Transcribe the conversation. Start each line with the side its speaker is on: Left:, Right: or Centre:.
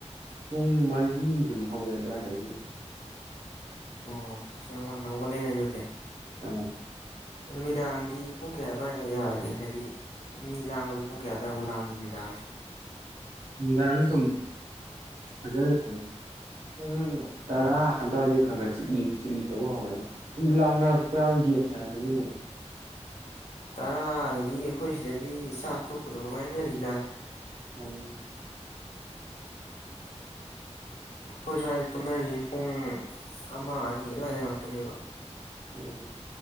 Right: ꯄꯨꯡ ꯃꯔꯤ ꯗꯨꯝ ꯍꯧꯒꯠꯂꯦ ꯑꯗꯨ꯭ꯋꯥꯏꯗꯒꯤ
Left: ꯑꯣ ꯏꯁ ꯌꯥꯝ ꯉꯟꯅ ꯍꯧꯒꯠꯂꯦꯅꯦ ꯑꯗꯨꯗꯤ
Right: ꯎꯝ
Left: ꯅꯨꯃꯤꯗꯥꯡꯗꯤ ꯄꯨꯡ ꯀꯌꯥ ꯑꯗꯨꯋꯥꯏꯗ ꯌꯥꯒꯦ ꯍꯥꯏꯗꯤ ꯃꯤ ꯂꯥꯡꯕꯗꯣ ꯄꯨꯡ ꯀꯌꯥ ꯑꯗ꯭ꯋꯥꯏꯐꯥꯎ ꯂꯥꯡꯉꯤ ꯅꯨꯃꯤꯗꯥꯡꯁꯦ
Right: ꯅꯨꯡꯗꯥꯡꯗꯤ ꯗꯨꯝ ꯐꯖꯅ ꯂꯥꯡꯏ ꯄꯨꯡ ꯇꯔꯥ
Left: ꯎꯝ
Right: ꯑꯗꯨꯋꯥꯏꯗꯩ ꯈꯔ ꯈꯔ ꯆꯤꯛꯂꯤ ꯆꯤꯛꯂꯤ ꯇꯧꯕ ꯍꯧꯔꯛꯑꯅꯤ ꯂꯥꯎ ꯅꯔꯛꯄ ꯌꯥꯎꯋꯤ ꯒꯦꯝ ꯁꯥꯟꯅꯕꯒꯤ ꯃꯨꯠ
Left: ꯇꯔꯥ ꯑꯗꯨꯗꯤ ꯑꯩꯈꯣꯏ ꯁꯤꯗꯗꯤ ꯆꯥꯛ ꯇꯣꯛꯄꯗꯕꯨ ꯉꯥꯏꯅꯔꯤꯗ
Right: ꯎꯝ <inaudible>
Left: ꯑꯩꯈꯣꯏ ꯁ꯭ꯋꯥꯏꯗ ꯇꯨꯝꯅꯔꯤꯁꯤ ꯄꯨꯡ ꯑꯃ ꯑꯅꯤ ꯑꯗꯨꯋꯥꯏꯗ ꯉꯥꯛꯇꯅꯦꯕ
Right: ꯎꯝ